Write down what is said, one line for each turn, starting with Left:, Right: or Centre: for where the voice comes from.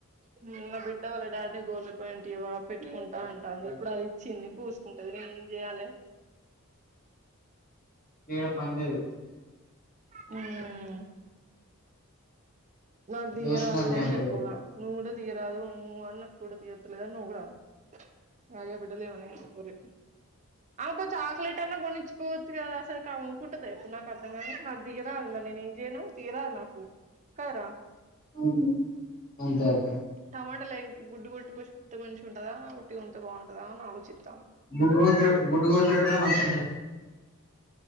Right: ఉమ్ నా బిడ్డ వాళ్ళ డాడీని గోర్ల పేయింట్ ఇయ్యవా పెట్టుకుంట అంటాంది ఇప్పుడు అది చింది పూసుకుంటది నేను ఏం జేయాలే
Left: యేడ పన్లేదు
Right: ఉమ్ నాకు దియ్యరాదు
Left: నేను వచ్చిన అన్నయ్య
Right: అని
Left: అంటది
Right: జెప్పున నువ్వు గూడా తీయరాదు ఉమ్ అన్నకు కూడా తీయొత్తలేదు అని నువ్ గూడా అన్నవ్ అయ్యో బిడ్డ వంటలు ఏమన్న చేస్కోరి ఆమెకో చాక్లెట్ అన్నా కొని ఇచ్చుకోవచ్చు గదా అసలు అనుకుంటది ఎప్పుడు నాకు అర్థం నాకు తీయ్యరాదు మరి నేను ఏం జేయను తీయరాదు నాకు కదరా
Left: అవునా అంతే అక్క
Right: టమాటాలు గుడ్డు గొట్టి పోసి వత్తే మంచిగా ఉంటదా ఉట్టి గొంతే బాగుంటదా అని ఆలోచితాన్న
Left: గుడ్డు గోసి గుడ్డు గోసి పెడుతనే మంచిగా ఉంటది